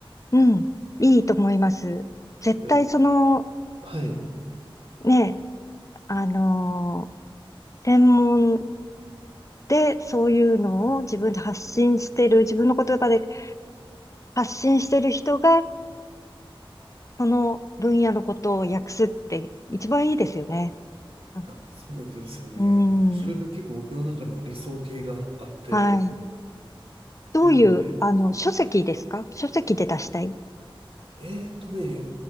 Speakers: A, on the left; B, on the right.
A: うん、いいと思います。絶対その、
B: なんではい。
A: ね、あのー専門でそういうのを自分で発信してる、自分の言葉で発信してる人が、その分野のことを訳すって一番いいですよね。あ
B: あ、そうなんですよね。
A: うん。
B: それが結構僕の中でも理想形があって、
A: はい。どういう、
B: なので、
A: あの、書籍ですか書籍で出したい。
B: えーっとね、